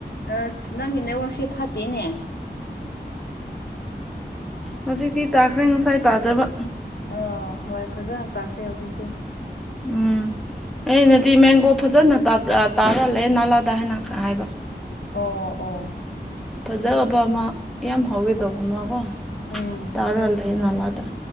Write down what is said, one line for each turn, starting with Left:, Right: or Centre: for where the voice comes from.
Left: ꯑꯁ ꯅꯪꯒꯤ ꯅꯦꯠꯋ꯭ꯥꯔꯛ ꯁꯦ ꯐꯠꯇꯦꯅꯦ
Centre: ꯍꯧꯖꯤꯛꯇꯤ ꯇꯥꯈ꯭ꯔꯦ ꯉꯁꯥꯏ ꯇꯥꯗꯕ
Left: ꯑ ꯍꯣꯏ ꯐꯖꯅ ꯇꯥꯈ꯭ꯔꯦ ꯍꯧꯖꯤꯛꯇꯤ
Centre: ꯎꯝ ꯑꯩꯅꯗꯤ ꯃꯦꯡꯒꯣ ꯐꯖꯅ ꯇꯥ ꯇꯥ ꯇꯥꯔꯥꯂꯩ ꯅꯥꯂꯥꯗ ꯍꯥꯏꯅ ꯈꯥ ꯍꯥꯏꯕ
Left: ꯑꯣ ꯑꯣ
Centre: ꯐꯖꯕ ꯑꯃ ꯌꯥꯝ ꯍꯥꯎꯒꯦ ꯇꯧꯕ ꯑꯃꯀꯣ
Left: ꯎꯝ
Centre: ꯇꯥꯔ ꯂꯩ ꯅꯥꯂꯥꯗ